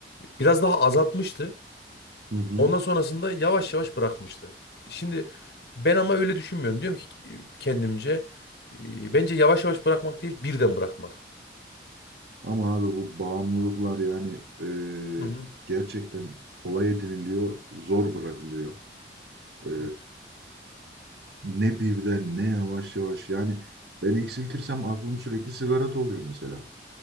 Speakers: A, on the left; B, on the right.
A: Biraz daha azaltmıştı.
B: Hı hı.
A: Ondan sonrasında yavaş yavaş bırakmıştı. Şimdi ben ama öyle düşünmüyorum. Diyorum ki kendimce e, bence yavaş yavaş bırakmak değil birden bırakmak.
B: Ama abi bu bağımlılıklar yani e,
A: Hı hı.
B: gerçekten kolay ediniliyor, zor bırakılıyor. E,
A: Evet.
B: ne birden ne yavaş yavaş yani ben eksiltirsem aklım sürekli sigarada oluyor mesela.